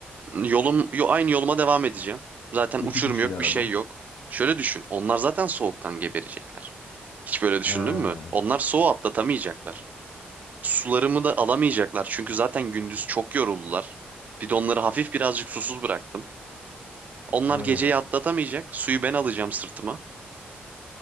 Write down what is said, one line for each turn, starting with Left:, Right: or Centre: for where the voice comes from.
Right: Yolum, yo- aynı yoluma devam edeceğim. Zaten
Left: İki
Right: uçurum
Left: kişiler
Right: yok, bir
Left: ama.
Right: şey yok. Şöyle düşün. Onlar zaten soğuktan geberecekler. Hiç böyle düşündün
Left: Ee,
Right: mü? Onlar soğuğu atlatamayacaklar. Sularımı da alamayacaklar çünkü zaten gündüz çok yoruldular. Bir de onları hafif birazcık susuz bıraktım. Onlar
Left: vay,
Right: geceyi atlatamayacak. Suyu ben alacağım sırtıma.